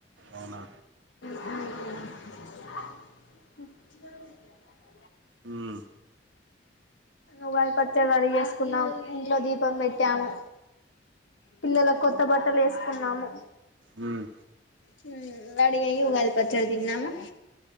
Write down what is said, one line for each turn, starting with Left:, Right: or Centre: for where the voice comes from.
Right: అవునా
Left: మ్
Right: ఉమ్
Left: ఉగాది పచ్చడ రెడీ చేస్కున్నాం ఇంట్లో దీపం పెట్టాము. పిల్లలక్ కొత్త బట్టల్ ఏస్కున్నాము.
Right: మ్
Left: హ్మ్ రెడీ అయ్యి ఉగాది పచ్చడి తిన్నాము.